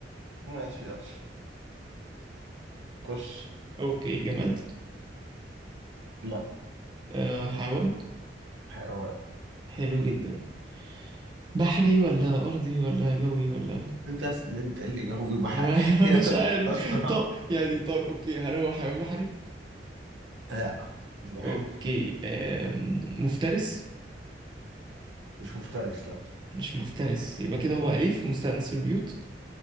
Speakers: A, on the right; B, on the right.
A: ماشي يلا خش
B: اوكي جماد
A: لا
B: آه، حيوان
A: حيوان
B: حلو جدا بحري ولا ارضي ولا جوي ولا
A: انت اسال انت إيه اللي جاوب بحاجة
B: ما انا <laughs>
A: هي
B: مش
A: <laughs> طيب
B: عارف
A: بصراحة
B: طب يعني طب اوكي هل هو حيوان بحري
A: لا مش بحاجة
B: اوكي آم، مفترس
A: مش مفترس لا
B: مش مفترس يبقى كده هو اليف مستأنس في البيوت